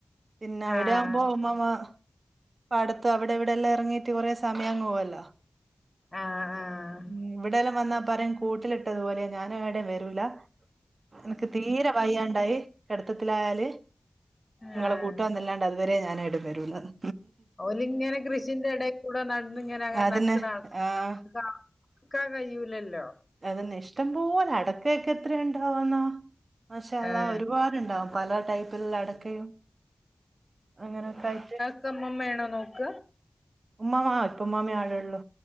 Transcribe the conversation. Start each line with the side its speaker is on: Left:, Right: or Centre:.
Right: പിന്നെ അവിടെയാവുമ്പോ
Left: ആഹ്
Right: ഉമ്മാമ പാടത്ത് അവിടെ ഇവിടെയല്ലാം ഇറങ്ങീട്ട് കുറെേ സമയംങ്ങ പോവുല്ലോ
Left: ആഹ് ആഹ്
Right: ഉ ഇവിടെയെല്ലാം വന്നാ പറയും കൂട്ടിലിട്ടത്പോലെയാ ഞാനും എവിടെയും വരൂല എനക്ക് തീരെ വയ്യണ്ടായി കെടുത്തത്തിലായാല് നിങ്ങളെ
Left: ആഹ്
Right: കൂട്ടംന്നല്ലാണ്ട് അതുവരെ ഞാൻ ഏടുംവരൂലാന്ന്
Left: ഓൽങ്ങനെ കൃഷിന്റെ ഇടെ കൂടെ നടന്ന് ഞൻ അങ്ങനെ
Right: അതന്നെ
Left: നട്ക്ക്ണ ആൾക്കാര
Right: ആഹ്
Left: <unintelligible> ക്ക കയ്യൂലല്ലോ
Right: അതന്ന ഇഷ്ടം പോലെ അടക്കയൊക്കെ എത്ര ഉണ്ടാവന്നാ പക്ഷേ അല്ലാ
Left: ഏഹ്
Right: ഒരുപാട്ണ്ടാവും പല ടൈപ്പിലുള്ള അടക്കയും അങ്ങനെയൊക്കെ ആയിട്ട്
Left: ക്ക ഉമ്മമ്മ ആണോ നോക്ക
Right: ഉമ്മാമ പ്പ ഉമ്മാമേ ആടള്ളു